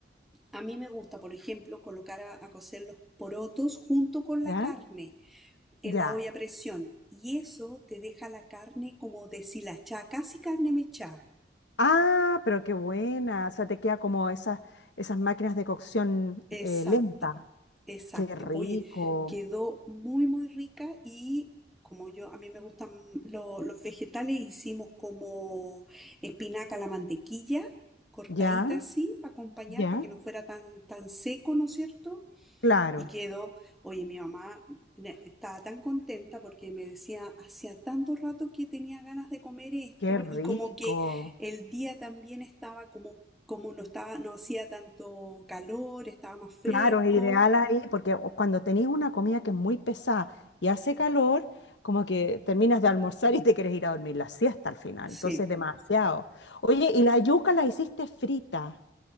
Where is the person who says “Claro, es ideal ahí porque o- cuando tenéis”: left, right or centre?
Left